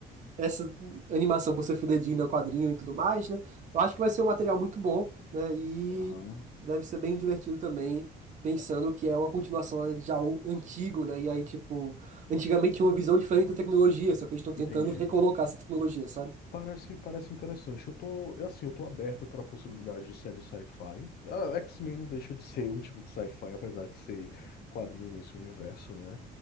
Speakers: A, on the right; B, on the left.
A: essa animação por ser fidedigna ao quadrinho e tudo mais, né? Eu acho que vai ser um material muito bom, né? E
B: aham,
A: deve ser bem divertido também, pensando que é uma continuação né, de algo antigo, né? E aí, tipo, antigamente tinha uma visão diferente da tecnologia, só que eles estão tentando
B: entendi.
A: recolocar essa tecnologia, sabe?
B: Parece, parece interessante. Eu tô, eu, assim, eu tô aberto para a possibilidade de série sci-fi. Ah, X-Men não deixa de ser um tipo de sci-fi, apesar de ser quadrinho e nesse universo, né?